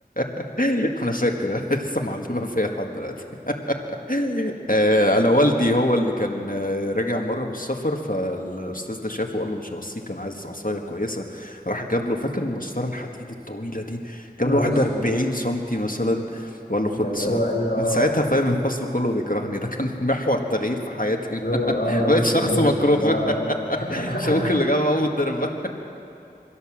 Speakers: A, on the left (about 60°); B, on the left (about 80°).
A: <laughs> انا فاكره لسه معلمه فيا لحد دلوقتي <laughs> آه، انا والدي هو اللي كان آه، راجع مره من السفر فالاستاذ ده شافه وقال له مش هوصيك انا عايز عصايه كويسه راح جاب له فاكر المسطره الحديد الطويله دي جاب
B: يا نهار
A: له واحده
B: اسود
A: 40 سنتي مثلا وقال له خد
B: ده اللي
A: ساعة.
B: هو ايه اه
A: من ساعتها فاهم الفصل كله بيكرهني ده كان <laughs> محور تغيير في حياتي
B: يقول-
A: <laughs>
B: اه يقول
A: بقيت
B: لك
A: شخص
B: المرشد
A: مكروه
B: بقى اهو.
A: <laughs>
B: <laughs>
A: شابوك اللي جاب ابو الدرب